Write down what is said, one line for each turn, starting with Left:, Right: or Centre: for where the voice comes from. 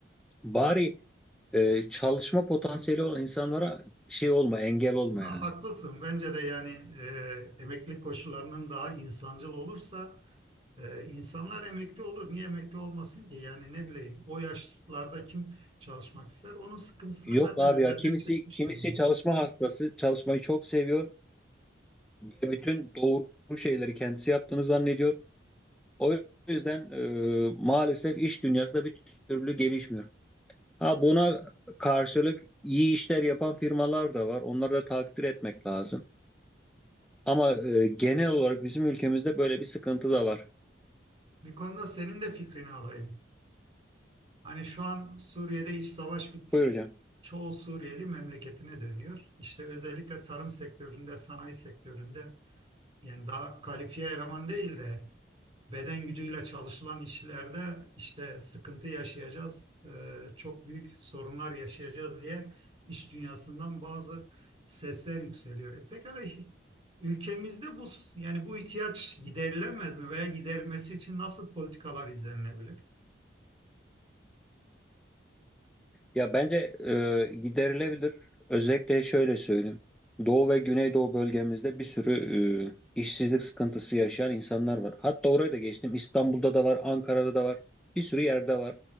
Centre: Bari e, çalışma potansiyeli olan insanlara şey olma, engel olma
Right: Ha,
Centre: yani.
Right: haklısın. Bence de yani e, emeklilik koşullarının daha insancıl olursa ee, insanlar emekli olur. Niye emekli olmasın ki? Yani ne bileyim o yaşlarda kim çalışmak ister? Onun sıkıntısını
Centre: Yok
Right: ben de özelde
Centre: abi ya kimisi
Right: çekmiştim
Centre: kimisi
Right: yani.
Centre: çalışma hastası, çalışmayı çok seviyor ve bütün doğru şeyleri kendisi yaptığını zannediyor. O yüzden e, maalesef iş dünyası da bir türlü gelişmiyor. Ha buna karşılık iyi işler yapan firmalar da var. Onları da takdir etmek lazım. Ama e, genel olarak bizim ülkemizde böyle bir sıkıntı da var.
Right: Bir konuda senin de fikrini alayım. Hani şu an Suriye'de iç savaş bitti.
Centre: Buyur hocam.
Right: Çoğu Suriyeli memleketine dönüyor. İşte özellikle tarım sektöründe, sanayi sektöründe yani daha kalifiye eleman değil de beden gücüyle çalışılan işlerde işte sıkıntı yaşayacağız, e, çok büyük sorunlar yaşayacağız diye iş dünyasından bazı sesler yükseliyor. E pekala ülkemizde bu yani bu ihtiyaç giderilemez mi veya giderilmesi için nasıl politikalar izlenilebilir?
Centre: Ya bence e, giderilebilir. Özellikle şöyle söyleyeyim. Doğu ve Güneydoğu bölgemizde bir sürü e, işsizlik sıkıntısı yaşayan insanlar var. Hatta oraya da geçtim. İstanbul'da da var, Ankara'da da var. Bir sürü yerde var.